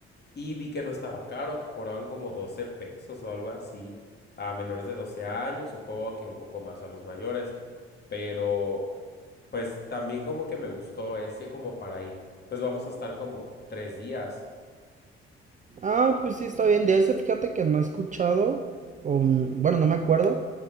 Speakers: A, on the left; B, on the right.
A: Y vi que no estaba caro, que cobraban como 12 pesos o algo así a menores de 12 años, supongo que un poco más a los mayores, pero pues también como que me gustó ese como para ir. Pues vamos a estar como tres días.
B: Ah, pues sí, está bien. De ese, fíjate que no he escuchado, o mm, bueno, no me acuerdo,